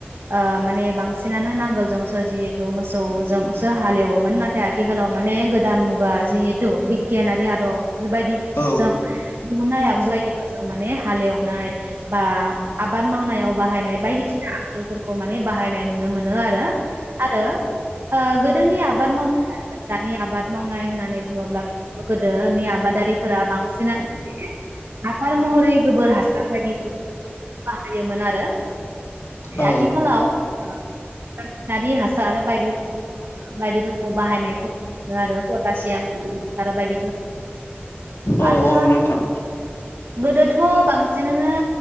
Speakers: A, on the right; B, on the left.
A: आ माने बांसिनानो नांगोलजोंसो जिहेटु मोसौजोंसो हालेवोमोन नाथाय आथिखालाव माने गोदान मुगा जिहेटु बिगियानारि आदब बायदि फोसजों
B: औ
A: दिहुननाय आगजुवारिफोरजों माने हालेवनाय बा। आबाद मावनायाव बाहायनाय बायदिसिना। आगजुफोरखौ माने बाहायनाय नुनो मोनो आरो आरो। ओ गोदोनि आबाद मावनाय आरो। नि आबाद मावनाय होननानै बुङोब्लाथ। <unintelligible> गोदोनि आबादारिफोरा बांसि। <inaudible> हासार महरै गोबोर हासार बायदिफोर बाहायोमोन आरो
B: औ
A: आथिखालाव ओ रासिनारि हासार बायदि बायदिफोरखौ बाहायनायखौ नो आरो पटासियाम आरो बायदि
B: औ।
A: ओ
B: औ नोंथां
A: गोदोथ' बांसिनानो।